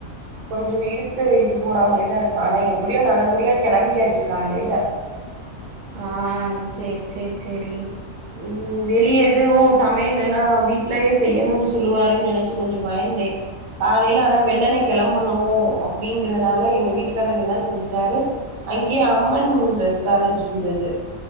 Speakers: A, on the right; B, on the right.
A: கொஞ்சோ இழுத்து இது போட்றா மாரிதா இருக்கு ஆனா எப்டியோ நல்லபடியா கெளம்பியாச்சு காலைல
B: ஆ செரி செரி செரி
A: ம் வெளிய எதுவு சமையலேல்லா வீட்லயே செய்யணுன்னு சொல்லுவாருன் நெனச்சு கொஞ்ச பயந்தே காலைல ஆனா வெள்ளனே கெளம்பனு அப்டிங்கறனால எங்க வீட்டுக்காரர் என்ன செஞ்சுட்டாரு அங்கேயே அம்மன் ரெஸ்டாரன்ட்ருந்துது